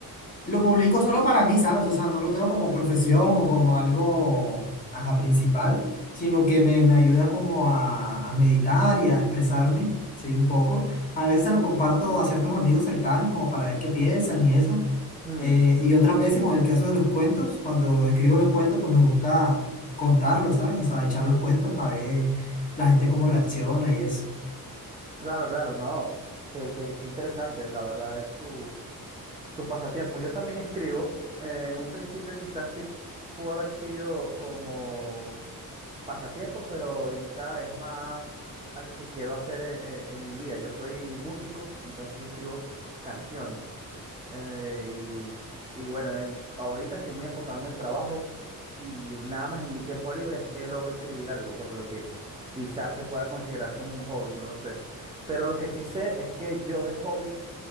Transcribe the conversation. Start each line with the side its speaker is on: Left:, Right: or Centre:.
Left: Lo publico solo para mí, ¿sabes? O sea, no lo tengo como profesión o como algo, ajá, principal, sino que me, me ayuda como a, a meditar y a expresarme, sí, un poco. A veces se lo comparto a ciertos amigos cercanos como para ver qué piensan y eso.
Right: Mm,
Left: Eh, y otras veces con el caso de los cuentos, cuando escribo los cuentos, pues me gusta contarlos, ¿sabes? O sea, echar los cuentos para ver la gente cómo reacciona y eso.
Right: claro, claro, no. Qué, qué- qué interesante, la verdad, es tu, tus pasatiempos. Yo también escribo. eh, en un principio quizás sí pudo haber sido como pasatiempo, pero ahorita es más algo que quiero hacer eh, eh, en, mi vida. Yo soy músico, entonces yo escribo canciones. eh, y, y bueno, en- ahorita estoy muy enfocado en el trabajo y nada más en mi tiempo libre es que logro escribir algo, por lo que quizás se pueda considerar como un hobby, no lo sé. Pero lo que sí sé es que yo de hobby,